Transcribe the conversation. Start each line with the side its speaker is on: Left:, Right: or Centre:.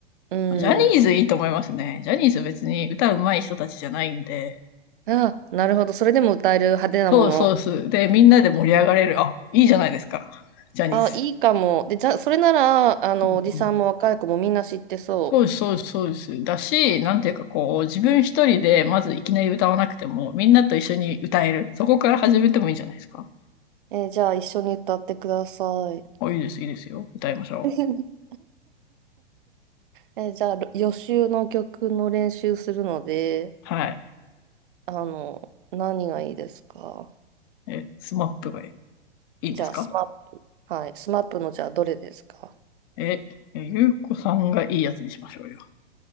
Right: うん。
Left: ジャニーズいいと思いますね。ジャニーズ別に歌うまい人たちじゃないんで、
Right: あ、なるほど。それでも歌える派手なもの。
Left: そうそうそう。で、みんなで盛り上がれる。あ、いいじゃないですか。ジャニーズ。
Right: あ、いいかも。で、じゃそれなら、あの、
Left: うんうん
Right: おじさんも若い子もみんな知ってそ
Left: そうです、そうです、そうです。だし、なんていうかこう、自分一人でまずいきなり歌わなくても、みんなと一緒に歌える。そこから始めてもいいんじゃないですか。
Right: う。えーじゃあ、一緒に歌ってください。
Left: あ、いいです、いいですよ。歌いましょう。
Right: <laughs> えーじゃあ、予習の曲の練習するので、
Left: はい。
Right: あの、何がいいですか
Left: え、スマップがいい、いいんですか
Right: じゃあ、スマップ、はい、スマップの、じゃあ、どれですか
Left: え、えゆうこさんがいいやつにしましょうよ。